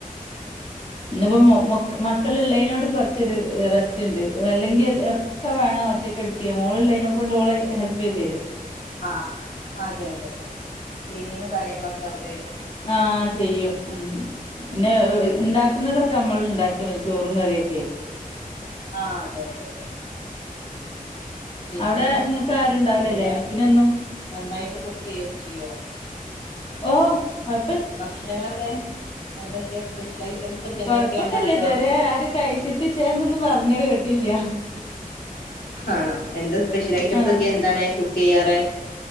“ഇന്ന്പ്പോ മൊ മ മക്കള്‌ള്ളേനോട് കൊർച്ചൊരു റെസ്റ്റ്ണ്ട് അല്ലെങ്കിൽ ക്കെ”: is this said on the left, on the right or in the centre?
Left